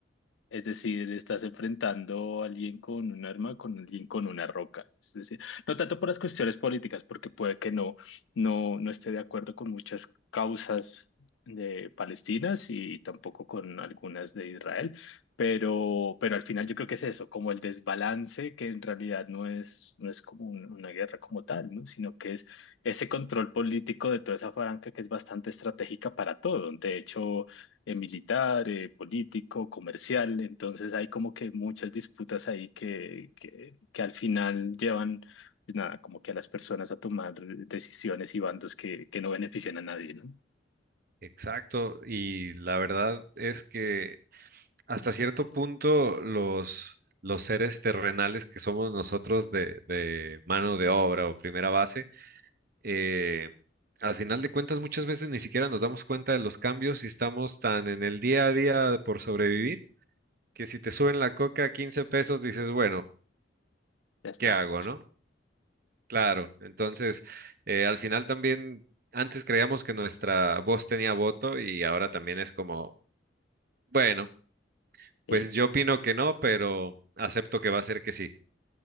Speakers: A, on the left (about 80°); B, on the right (about 50°).
A: Es decir, estás enfrentando a alguien con un arma, con alguien con una roca. Es decir, no tanto por las cuestiones políticas, porque puede que no, no, no esté de acuerdo con muchas causas de palestinas y tampoco con algunas de Israel, pero, pero al final yo creo que es eso, como el desbalance que en realidad no es, no es como un- una guerra como tal, ¿no? Sino que es ese control político de toda esa franja que es bastante estratégica para todo. De hecho, eh, militar, eh, político, comercial. Entonces hay como que muchas disputas ahí que, que, que al final llevan, pues, nada, como que a las personas a tomar decisiones y bandos que, que no benefician a nadie, ¿no?
B: Exacto, y la verdad es que hasta cierto punto los, los seres terrenales que somos nosotros de, de mano de obra o primera base, eh, al final de cuentas muchas veces ni siquiera nos damos cuenta de los cambios y estamos tan en el día a día por sobrevivir que si te suben la coca a 15 pesos dices, bueno,
A: Ya está.
B: ¿qué hago, no? Claro, entonces eh, al final también antes creíamos que nuestra voz tenía voto y ahora también es como... Bueno,
A: Eh,
B: Pues yo opino que no, pero acepto que va a ser que sí.